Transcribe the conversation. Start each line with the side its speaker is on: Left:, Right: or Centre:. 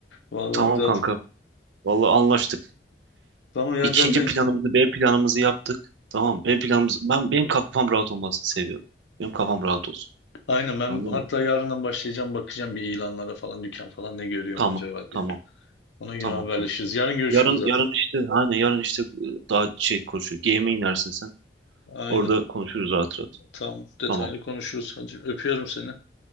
Left: Vallahi
Right: Tamam
Left: zaten.
Right: kanka. Vallahi anlaştık.
Left: Tamam ya
Right: İkinci
Left: zaten.
Right: planımızı B planımızı yaptık. Tamam B planımız ben benim kafam rahat olmasını seviyorum. Benim kafam rahat olsun.
Left: Aynen ben
Right: Anladın
Left: hatta
Right: mı?
Left: yarından başlayacağım bakacağım bir ilanlara falan dükkan falan ne görüyorum
Right: Tamam.
Left: acaba diye.
Right: Tamam.
Left: Ona göre
Right: Tamam
Left: haberleşiriz.
Right: tamam.
Left: Yarın görüşürüz
Right: Yarın
Left: zaten.
Right: yarın işte aynen yarın işte e, daha şey konuşuyor. Game'e inersin sen.
Left: Aynen.
Right: Orada konuşuruz rahat rahat.
Left: Tamam. Detaylı
Right: Tamam.
Left: konuşuruz. Hadi öpüyorum seni.